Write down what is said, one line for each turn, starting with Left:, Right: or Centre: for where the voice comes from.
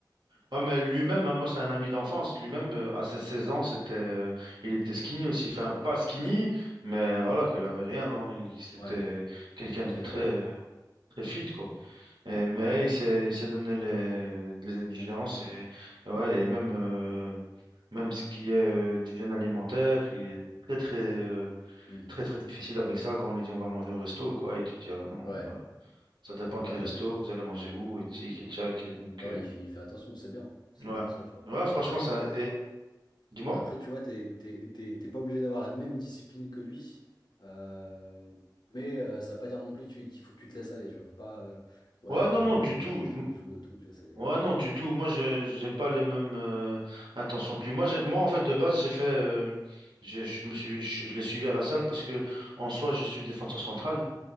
Right: Ah, mais lui-même, hein, moi, c'est un ami d'enfance. Lui-même, euh, à ses 16 ans, c'était, euh, il était skinny aussi. Enfin, pas skinny, mais voilà, quoi, il avait rien dans. il- C'était
Left: Ouais,
Right: quelqu'un
Left: ok,
Right: de
Left: ouais.
Right: très, euh, très fit, quoi. Et- mais il s'est, il s'est donné les, les exigences
Left: les moyens.
Right: et, et ouais, et même, euh, même ce qui est euh, d'hygiène alimentaire, il est très, très, euh,
Left: Hmm.
Right: très, très difficile avec ça quand on lui dit on va manger au resto, quoi. Et tu te dis, ah non,
Left: Ouais,
Right: euh, ça dépend
Left: ouais,
Right: quel
Left: ouais.
Right: resto, vous allez manger où, et tic, et tchac. euh, Donc,
Left: Ouais,
Right: euh,
Left: ouais, il fait, il fait attention, c'est bien. C'est
Right: ouais.
Left: bien ça, tu vois.
Right: Ouais, franchement,
Left: Après,
Right: ça. Et, dis-moi.
Left: Après, tu vois, t'es, t'es- t'es- t'es pas obligé d'avoir la même discipline que lui, euh, mais euh, ça veut pas dire non plus que tu- qu'il faut que tu te laisses aller, tu vois. Faut pas euh, ouais,
Right: Ouais, non,
Left: manger
Right: non, du tout.
Left: McDo tous les jours et tout, tu vois, c'est...
Right: Ouais, non, du tout. Moi, je j'ai pas les mêmes euh, intentions que lui. Moi, j'ai- moi, en fait, de base, j'ai fait, euh, j'ai- je me suis, je, je l'ai suivi à la salle parce que, en soi, je suis défenseur central